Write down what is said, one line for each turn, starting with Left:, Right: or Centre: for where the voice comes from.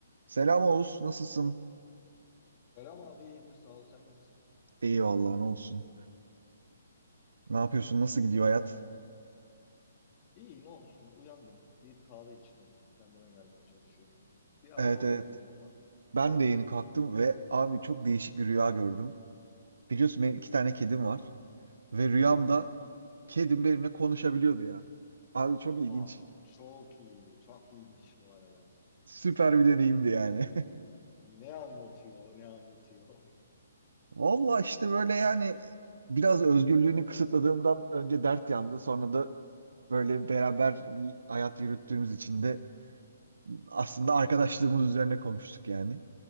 Right: Selam Oğuz, nasılsın?
Left: Selam abi iyidir sağ ol sen nasılsın?
Right: İyi vallahi ne olsun. Ne yapıyorsun? Nasıl gidiyor hayat?
Left: İyi ne olsun uyandım bir kahve içtim kendime gelmeye çalışıyorum. Biraz
Right: Evet
Left: zor
Right: evet.
Left: geldim ama
Right: Ben de yeni kalktım ve abi çok değişik bir rüya gördüm. Biliyorsun benim iki tane kedim var ve rüyamda
Left: evet.
Right: kedim benimle konuşabiliyordu ya. Abi çok ilginç.
Left: Abi çok iyi çok iyiymiş bu arada.
Right: Süper bir deneyimdi yani.
Left: Ne anlatıyor ne anlatıyor. <laughs>
Right: <laughs> Valla işte böyle yani biraz özgürlüğünü kısıtladığımdan önce dert yandı. Sonra da böyle beraber bir hayat yürüttüğümüz için de aslında arkadaşlığımız üzerine konuştuk yani.